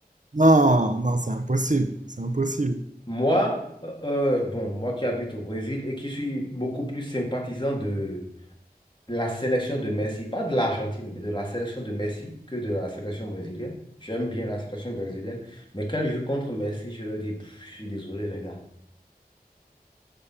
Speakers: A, on the right; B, on the left.
A: Non, non, c'est impossible, c'est impossible.
B: Moi, euh, euh, bon, moi qui habite au Brésil et qui suis beaucoup plus sympathisant de la sélection de Messi, pas de l'Argentine, mais de la sélection de Messi que de la sélection brésilienne. J'aime bien la sélection brésilienne, mais quand ils jouent contre Messi, je leur dis, Pff, je suis désolé, les gars.